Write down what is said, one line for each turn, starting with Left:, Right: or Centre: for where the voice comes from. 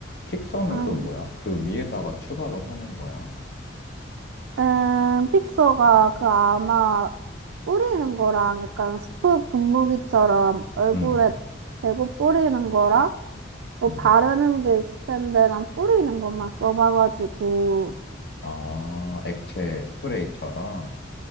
Left: 픽서는
Right: 응,
Left: 또 뭐야? 그 위에다가 추가로 하는 거야?
Right: 음, 픽서가 그 아마 뿌리는 거랑 약간 스프 분무기처럼 얼굴에
Left: 응,
Right: 대고 뿌리는 거랑 뭐
Left: 응.
Right: 바르는 게 있을 텐데 난 뿌리는 것만 써봐가지고
Left: 아, 액체 스프레이처럼?